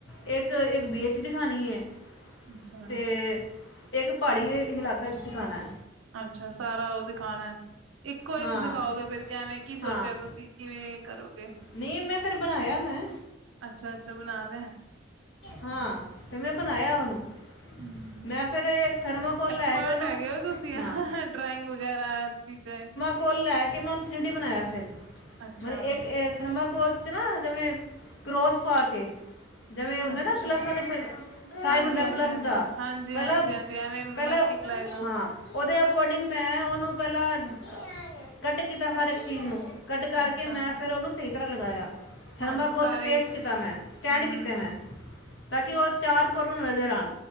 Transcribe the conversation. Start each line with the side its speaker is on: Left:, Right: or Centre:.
Left: ਏਕ-ਏਕ, ਬੀਚ ਦਿਖਾਣੀ ਏ,
Right: ਅੱਛਾ
Left: ਤੇ ਇੱਕ ਪਹਾੜੀ ਇਲਾਕਾ ਏ ਦਿਖਾਣਾ।
Right: ਅੱਛਾ ਸਾਰਾ ਉਹ ਦਿਖਾਉਣਾ ਇੱਕੋ
Left: ਹਾਂ
Right: ਵਿਚ ਦਿਖਾਓਗੇ ਫੇਰ ਕੈਵੇਂ ਕੀ ਸੋਚਿਆ
Left: ਹਾਂ
Right: ਤੁਸੀਂ। ਕਿਵੇਂ ਕਰੋਗੇ।
Left: ਨਹੀਂ, ਮੈਂ ਫੇਰ ਬਣਾਇਆ ਮੈਂ।
Right: ਅੱਛਾ-ਅੱਛਾ, ਬਣਾਇਆਂ ਦਾ।
Left: ਹਾਂ, ਫਿਰ ਮੈਂ ਬਣਾਇਆ ਉਹਨੂੰ।
Right: <unintelligible>
Left: ਮੈਂ ਫਿਰ ਇੱਕ ਥਰਮਾਕੋਲ
Right: ਐਕਸਪਰਟ
Left: ਲੈ ਕੇ ਉਹਨੂੰ
Right: ਹੈਗੇ ਔ ਤੁਸੀਂ,
Left: ਹਾਂ
Right: ਅਹ ਡਰਾਇੰਗ ਵਗੈਰਾ ਚੀਜ਼ਾਂ ਵਿਚ।
Left: ਫੁੱਲ ਲੈ ਕੇ ਮੈਂ ਉਹਨੂੰ ਥ੍ਰੀ ਡੀ ਬਣਾਇਆ ਫਿਰ
Right: ਅੱਛਾ
Left: ਹਾਂ ਇੱਕ- ਇਕ ਥਰਮਾਕੋਲ 'ਚ ਨਾ ਜਿਵੇਂ ਕਰੋਸ ਪਾ ਕੇ। ਜਿਵੇਂ ਏ ਹੁੰਦਾ
Right: ਅੱਛਾ
Left: ਨਾ ਪਲੱਸਨ ਨਿਸ ਸਾਈਨ
Right: ਹਾਂਜੀ
Left: ਹੁੰਦਾ
Right: ਹਾਂਜੀ
Left: ਪਲੱਸ
Right: ਹਾਂਜੀ
Left: ਦਾ
Right: ਹਾਂਜੀ
Left: ਪਹਿਲੋ-
Right: ਹਾਂਜੀ ਹਾਂਜੀ ਐਵੇਂ ਮਲਟੀਪਲਾਈ
Left: ਪਹਿਲੋ,
Right: ਦਾ
Left: ਹਾਂ। ਓਦੇ ਅਕੋਡਿੰਗ ਮੈਂ ਓਹਨੂੰ ਪਹਿਲਾਂ ਕੱਟ ਕੀਤਾਂ ਹਰ ਇੱਕ ਚੀਜ਼ ਨੂੰ। ਕੱਟ ਕਰਕੇ
Right: ਅੱਛਾ
Left: ਮੈਂ ਫਿਰ ਉਹਨੂੰ ਸਹੀ ਤਰ੍ਹਾਂ ਲਗਾਇਆ, ਥਰਮਾਕੋਲ
Right: ਹਾਂਜੀ ਸਾਰੇ
Left: ' ਪੇਸ਼ਟ ਕੀਤਾ ਮੈਂ
Right: ਹੂੰ
Left: ਸਟੈਂਡ ਕੀਤ
Right: ਹੂੰ
Left: ਤੇ ਮੈ
Right: ਹੂੰ।
Left: ਤਾਂ ਕਿ ਉਹ ਚਾਰ ਕੋਰਨਰ ਨਜ਼ਰ ਆਣ।